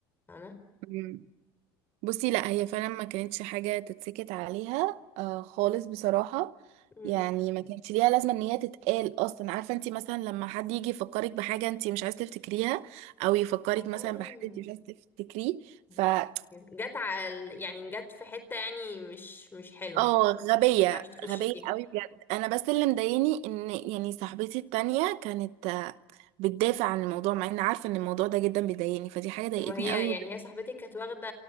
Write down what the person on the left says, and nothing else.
فاهمة
مم.
اه
اوكي جت على ال- يعني جت في حتة يعني مش مش حلوة
عرفتي تخشي
فيها
طب وهي
يعني هي صاحبتك كانت واخدة